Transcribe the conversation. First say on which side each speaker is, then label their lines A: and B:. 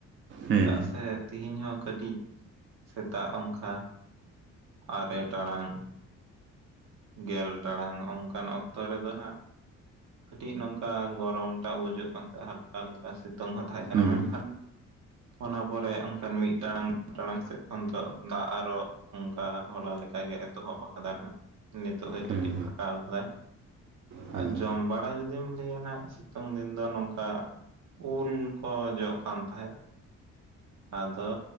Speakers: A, on the right; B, on the right.
A: ᱦᱮᱸ
B: ᱪᱮᱫᱟᱜ ᱥᱮ ᱛᱮᱦᱤᱧ ᱦᱚᱸ ᱠᱟᱹᱴᱤᱡ ᱥᱮᱛᱟᱜ ᱚᱱᱠᱟ ᱟᱨᱮ ᱴᱟᱲᱟᱝ ᱜᱮᱞ ᱴᱟᱲᱟᱝ ᱚᱱᱠᱟᱱ ᱚᱠᱛᱚ ᱚᱠᱛᱚ ᱨᱮᱫᱚ ᱦᱟᱜ ᱠᱟᱹᱴᱤᱡ ᱱᱚᱝᱠᱟ ᱜᱚᱨᱚᱢ ᱴᱟ ᱵᱩᱡᱩᱜ ᱠᱟᱱ ᱛᱟᱦᱮᱸᱼᱟ ᱦᱟᱞᱠᱟ ᱦᱟᱞᱠᱟ ᱥᱤᱛᱩᱝ ᱛᱟᱦᱮᱸ ᱠᱟᱱᱟ
A: ᱦᱩᱸ
B: ᱢᱮᱱᱠᱷᱟᱱ ᱚᱱᱟ ᱯᱚᱨᱮ ᱚᱱᱠᱟᱱ ᱢᱤᱫ ᱴᱟᱲᱟᱝ ᱴᱟᱲᱟᱝ ᱥᱮᱫ ᱠᱷᱚᱱ ᱫᱚ ᱫᱟᱜ ᱟᱨᱚ ᱚᱱᱠᱟ ᱦᱚᱞᱟ ᱞᱮᱠᱟᱜᱮ ᱮᱛᱚᱦᱚᱵ ᱟᱠᱟᱫᱟ ᱦᱟᱜ ᱱᱤᱛᱚᱜ ᱜᱮ
A: ᱦᱩᱸ
B: ᱠᱟᱹᱴᱤᱡ ᱯᱷᱟᱠᱟ ᱟᱠᱟᱫᱟᱭ
A: ᱦᱩᱸ
B: ᱟᱨ
A: ᱦᱩᱸ
B: ᱡᱚᱢ ᱵᱟᱲᱟ ᱡᱩᱫᱤ ᱡᱩᱫᱤᱢ ᱞᱟᱹᱭᱟ ᱱᱟᱦᱟᱜ ᱥᱤᱛᱩᱝ ᱫᱤᱱ ᱫᱚ ᱱᱚᱝᱠᱟ ᱩᱞ ᱠᱚ ᱡᱚᱜ ᱠᱟᱱ ᱛᱟᱦᱮᱸᱫ᱾ ᱟᱫᱚ